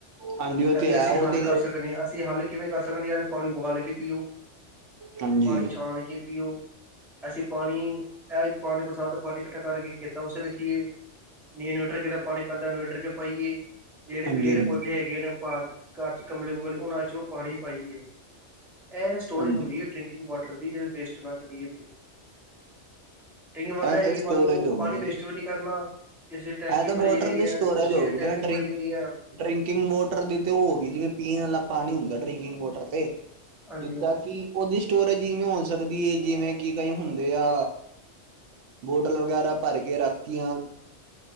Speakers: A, on the right; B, in the centre.
A: ਹਾਂਜੀ ਉਹ
B: ਇਹਦੇ
A: ਤੇ ਹੈ
B: ਅਸੀਂ
A: ਉਹ
B: ਹੱਲ
A: ਤੇ
B: ਕਰ ਸਕਦੇ ਹਾਂ ਅਸੀਂ ਹੱਲ ਕਿਵੇਂ ਕਰ ਸਕਦੇ ਅੱਜ ਪਾਣੀ ਉਬਾਲ ਕੇ ਪੀਓ
A: ਹਾਂਜੀ
B: ਪਾਣੀ ਛਾਣ ਕੇ ਪੀਓ ਐਸੀ ਪਾਣੀ ਇਹ ਪਾਣੀ ਬਰਸਾਤ ਦਾ ਪਾਣੀ ਇਕੱਠਾ ਕਰਕੇ ਕੀਤਾ ਉਸੇ ਰੱਖੀਏ ਨਹੀਂ ਇਨਵੇਟਰ ਜਿਹੜਾ ਪਾਣੀ ਪੈਂਦਾ ਇਨਵੇਰਟਰ ਚ ਪਾਈਏ ਜਿਹੜੇ
A: ਹਾਂਜੀ
B: ਪੇੜ
A: ਹਾਂਜੀ
B: ਪੌਦੇ ਹੈਗੇ ਨੇ ਪਾਰਕ ਚ ਕਮਲੇ ਗੁੰਮਲੇ ਉਹਨਾਂ ਚ ਉਹ ਪਾਣੀ ਪਾਈਏ ਇਹ ਸਟੋਰੇਜ
A: ਹਾਂਜੀ
B: ਹੁੰਦੀ ਹੈ। ਡਰਿੰਕਿੰਗ ਵਾਟਰ ਦੀ ਜੇ ਵੇਸਟ ਨਾ ਕਰੀਏ ਟਕਿੰਗ ਵਾਟਰ
A: ਇਹ
B: ਹੈਗੀ
A: ਤਾਂ ਸਟੋਰੇਜ
B: ਮੰਨ ਲਓ
A: ਹੋ
B: ਪਾਣੀ
A: ਗਈ
B: ਵੇਸਟ ਵੀ ਨੀ ਕਰਨਾ ਇਸ ਦੀ
A: ਇਹ
B: ਟੈਂਕੀ
A: ਤਾਂ
B: ਭਰੀ
A: ਮੋਟਰ
B: ਹੋਈ
A: ਦੀ
B: ਹੈ
A: ਸਟੋਰੇਜ
B: ਪੜੋਸੀਆਂ
A: ਹੋ
B: ਦੀ
A: ਗਈ
B: ਟੈਂਕੀ
A: ਨਾ ਡਰਿੰਕ
B: ਭਰੀ ਹੋਈ ਹੈ।
A: ਡਰਿੰਕਿੰਗ ਵਾਟਰ ਦੀ ਤੇ ਉਹ ਹੋ ਗਈ ਜਿਵੇਂ ਪੀਣ ਵਾਲਾ ਪਾਣੀ ਹੁੰਦਾ ਡਰਿੰਕਿੰਗ ਵਾਟਰ ਤੇ
B: ਹਾਂਜੀ
A: ਜਿੱਦਾਂ
B: ਹਾਂਜੀ।
A: ਕਿ ਉਹਦੀ ਸਟੋਰ ਜਿਵੇਂ ਹੋ ਸਕਦੀ ਹੈ, ਜਿਵੇਂ ਕਿ ਕਈ ਹੁੰਦੇ ਆ ਬੋਟਲ ਵਗੈਰਾ ਭਰ ਕੇ ਰੱਖ ਤੀਆਂ